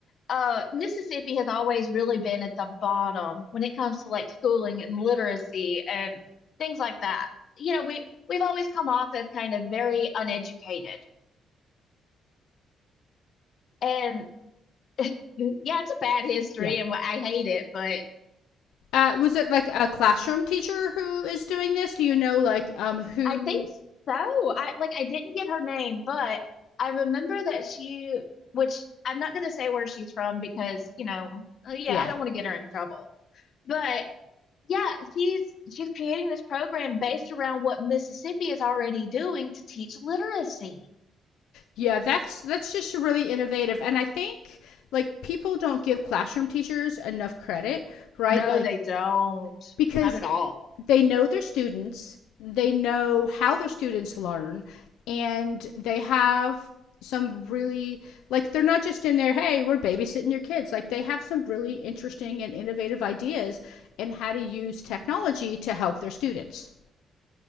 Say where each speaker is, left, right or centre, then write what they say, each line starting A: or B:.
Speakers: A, on the left (about 60°); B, on the left (about 85°).
A: uh, Mississippi has always really been at the bottom when it comes to like schooling and literacy and things like that. You know, we we've always come off as kind of very uneducated. And <laughs> yeah, it's a bad history
B: Yeah.
A: and I hate it, but
B: Uh, was it like a classroom teacher who is doing this? Do you know like um who?
A: I think so. I like I didn't get her name, but I remember that she, which I'm not going to say where she's from because, you know, uh, yeah,
B: Yeah,
A: I don't want to get her in trouble. But Yeah, she's she's creating this program based around what Mississippi is already doing to teach literacy.
B: yeah. That's that's just really innovative, and I think like people don't give classroom teachers enough credit, right?
A: No,
B: Like
A: they don't.
B: because
A: Not at all.
B: they know their students, they know how their students learn, and they have some really like they're not just in there hey we're babysitting your kids like they have some really interesting and innovative ideas and how to use technology to help their students